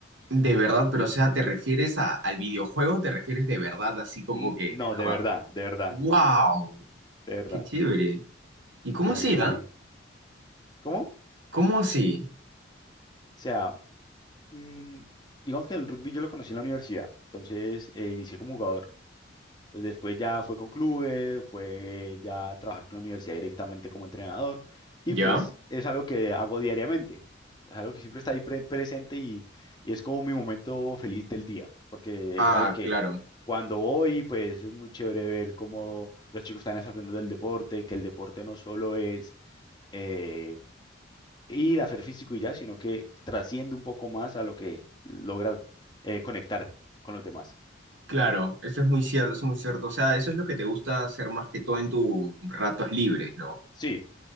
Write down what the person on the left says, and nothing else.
Mm,
No,
de verdad, de verdad,
de verdad.
O
sea,
en Sí.
¿Cómo? O
sea, mm, digamos que el rugby yo lo conocí en la universidad. Entonces, eh, inicié como jugador. Entonces después ya fue con clubes, fue ya a trabajar con la universidad directamente como entrenador y
pues es algo que hago diariamente, es algo que siempre está ahí pre- presente y, y es como mi momento feliz del día, porque
es algo que
cuando voy pues es muy chévere ver cómo los chicos están aprendiendo del deporte, que el deporte no solo es eh, ir a hacer físico y ya, sino que trasciende un poco más a lo que logra eh, conectar con los demás.
Sí,